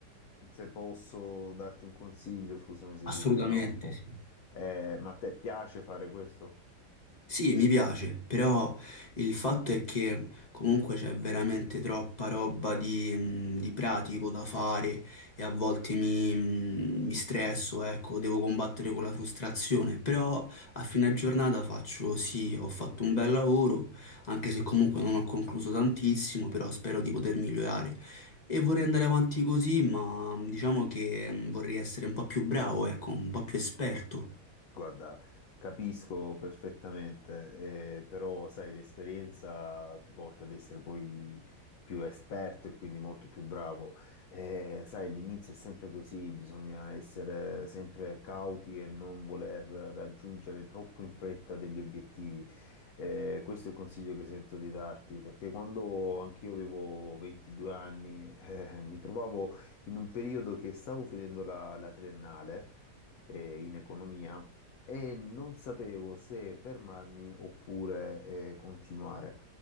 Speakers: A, on the left (about 60°); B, on the left (about 25°).
A: se posso darti un consiglio, scusami se
B: assolutamente
A: ti interrompo,
B: sì.
A: eh, ma a te piace fare questo?
B: Sì, mi piace, però il fatto è che comunque c'è veramente troppa roba di, mh, di pratico da fare e a volte mi, mh, mi stresso, ecco, devo combattere con la frustrazione, però a fine giornata faccio sì, ho fatto un bel lavoro, anche se comunque non ho concluso tantissimo, però spero di poter migliorare. E vorrei andare avanti così, ma mh, diciamo che mh, vorrei essere un po' più bravo, ecco, un po' più esperto.
A: Guarda, capisco perfettamente, eh, però sai, l'esperienza ti porta ad essere poi più esperto e quindi molto più bravo. Eh, sai, l'inizio è sempre così, bisogna essere sempre cauti e non voler raggiungere troppo in fretta degli obiettivi. Eh, questo è il consiglio che sento di darti, perché quando anch'io avevo 22 anni, eh, mi trovavo in un periodo che stavo finendo la la triennale eh, in economia, e non sapevo se fermarmi oppure eh, continuare.